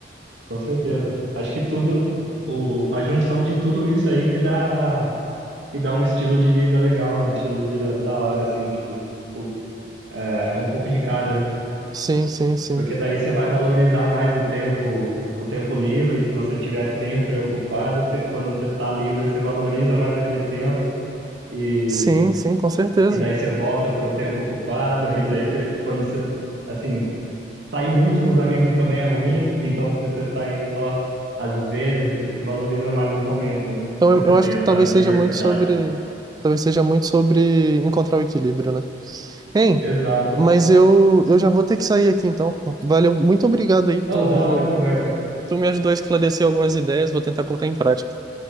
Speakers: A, on the right; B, on the right.
A: com certeza. Acho que tudo, o, a junção de tudo isso aí que dá a e dá um estilo de vida legal, né? Um estilo de vida da hora, assim, tipo, o- é, um pouco de cada, né?
B: Sim, sim, sim.
A: Porque daí você vai valorizar mais o tempo, o tempo livre, se você tiver sempre ocupado, você, quando você tá livre, você valoriza mais aquele tempo e,
B: Sim, sim, com certeza.
A: e daí você volta pro tempo ocupado, <laughs> e daí você, quando você, assim, sair muito com os amigos também
B: Uhum,
A: é ruim, então se você sair só às vezes, você valoriza mais os momentos,
B: uhum.
A: né?
B: Então, eu,
A: Se você
B: eu
A: tem
B: acho que
A: essa
B: talvez
A: diversidade.
B: seja muito sobre, talvez seja muito sobre encontrar o equilíbrio, né? Hein,
A: Exato.
B: mas eu, eu já vou ter que sair aqui, então. Valeu, muito obrigado aí, tu,
A: Oh, da hora a conversa.
B: tu me ajudou a esclarecer algumas ideias, vou tentar colocar em prática.